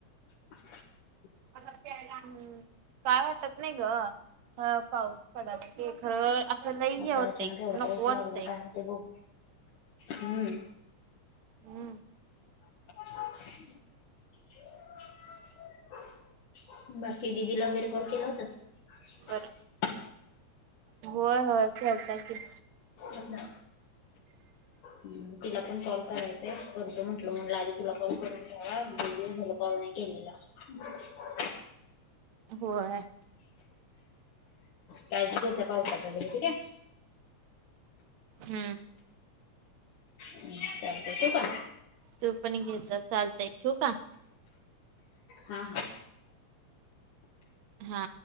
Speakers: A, on the left; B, on the right.
A: <unintelligible> <unintelligible> <inaudible>
B: आता हम्म काय वाटत नाही ग पाऊस पडाला की खरं, असं लई
A: आता
B: हे होतंय
A: अचानक एवढा
B: नको
A: पाऊस
B: वाटतंय.
A: लागला काय होतंय बघू हम्म
B: हम्म
A: <inaudible> <inaudible> <unintelligible> बाकी दिदीला वगैरे कॉल केला होतास? <inaudible>
B: बर
A: <inaudible>
B: होय होय केलता की,
A: अच्छा
B: <inaudible> <inaudible>
A: हम्म तिला पण कॉल करायचाय करतो म्हटलं म्हटलं आधी तुला कॉल करून घ्यावा लय दिवस झालं कॉल नाही. <unintelligible> <inaudible> <unintelligible>
B: होय.
A: काळजी घेत जा पावसात वगैरे ठीक आहे.
B: हम्म
A: हम् चालत ठेऊ काय,
B: तू पण घेेत चालतय ठेवू का?
A: हा हा
B: हा